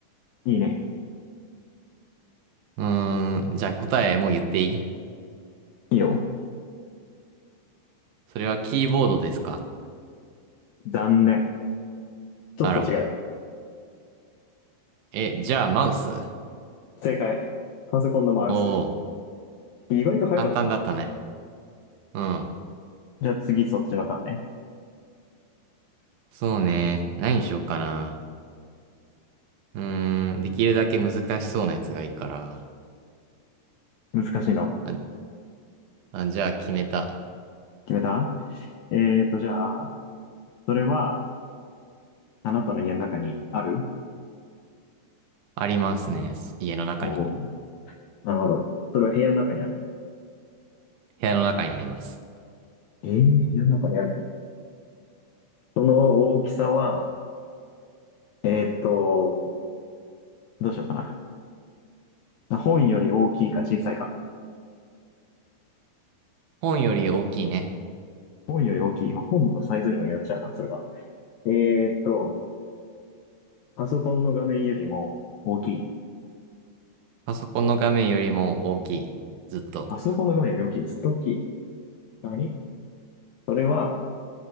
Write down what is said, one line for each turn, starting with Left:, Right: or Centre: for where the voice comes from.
Left: いいね。
Right: うーん。じゃあ答えもう言っていい
Left: いいよ。
Right: それはキーボードですか
Left: 残念。ちょっと違う。
Right: あら。え、じゃあマウス
Left: 正解。パソコンのマウス。
Right: おう、
Left: 意外と早かったな。
Right: 簡単だったね。うん。
Left: じゃあ次そっちのターンね。
Right: そうね。何にしよっかな。うーん。できるだけ難しそうなやつがいいから。
Left: 難しいの。
Right: ああ、じゃあ決めた。
Left: 決めたえーと、じゃあ、それは、あなたの家の中にある
Right: ありますね。家の中に。
Left: おーなるほど。それは部屋の中にある。
Right: 部屋の中にあります。
Left: えー、部屋の中にある。その大きさは、えーと、どうしようかな。本より大きいか小さいか。
Right: 本より大きいね。
Left: 本より大きい。まあ、本のサイズにもよっちゃうな、それは。えーと、パソコンの画面よりも大きい。
Right: パソコンの画面よりも大きい。ずっと。
Left: パソコンの画面より大きい。ずっと大きい。何それは